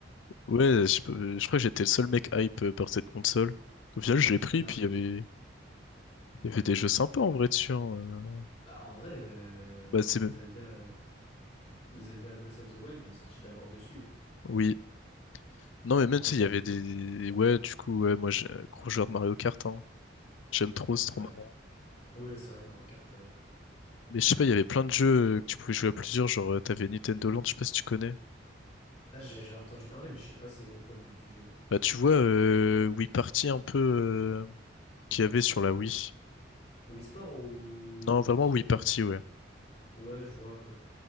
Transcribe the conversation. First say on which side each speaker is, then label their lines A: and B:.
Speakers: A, on the left; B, on the left.
A: Ouais, je, peux- je crois que j'étais le seul mec hype euh, par cette console. Au final, je
B: <laughs>
A: l'ai
B: Je
A: pris,
B: connais
A: puis
B: un mec
A: il y avait,
B: qui
A: il y avait des jeux sympas en vrai dessus. hein. Euh,
B: Bah en vrai euh, comment
A: Bah, c'est,
B: Zelda euh, Zelda Breath of the Wild, il est sorti d'abord dessus hein.
A: oui. Non,
B: Et
A: mais
B: Mario
A: même si
B: Kart
A: il y avait
B: 8
A: des,
B: aussi.
A: ouais, du coup, ouais, moi, j'ai un gros joueur de Mario Kart, hein. J'aime trop, c'est trop
B: Ouais.
A: marrant.
B: Oui, c'est vrai que Mario Kart. euh,
A: Mais je sais pas, il y avait plein de jeux euh, que tu pouvais jouer à plusieurs, genre, euh, t'avais Nintendo Land, je sais pas si tu connais.
B: Ah, j'ai j'ai entendu parler, mais je sais pas c'est quoi le but du jeu.
A: Bah, tu vois, euh, Wii Party un peu euh, qu'il y avait sur la Wii.
B: Wii Sport ou Wii
A: Non,
B: Party?
A: vraiment Wii
B: euh
A: Party, ouais.
B: Ouais, je vois un peu.